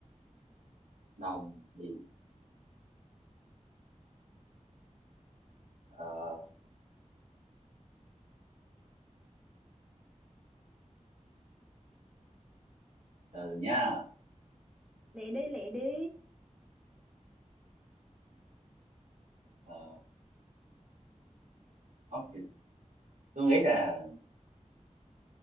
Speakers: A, on the right; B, in the centre.
A: đồng gì ờ từ nha
B: lẹ đi lẹ đi
A: ờ không thì tôi nghĩ là